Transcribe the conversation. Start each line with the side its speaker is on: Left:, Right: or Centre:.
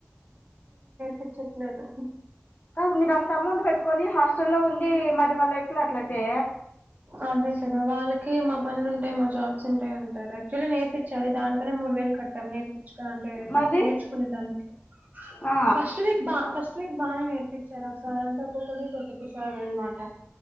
Right: పిచ్చట్లేదు
Left: కాదు మీరు అంత అమౌంట్ పెట్టుకొని హాస్టల్లో ఉండి మరీ వాళ్ ఎట్లా అట్లయితే
Right: అదే సద వాళ్ళక్ కీ మా పనులు ఉంటాయి మా జాబ్స్ ఉంటాయి అంటారు యాక్చువలీ నేర్పించాలి దానికనే మూడు వేలు కట్టాం నేర్ అంటే
Left: మళ్ళీ
Right: నేర్చుకునే దానికి
Left: ఆ
Right: ఫస్ట్ వీక్ బా ఫస్ట్ వీక్ బాగానే నేర్పించారా సార్ అంటే ఒక్కొక్కవీక్ ఒక్కొక్క సార్ అనమాట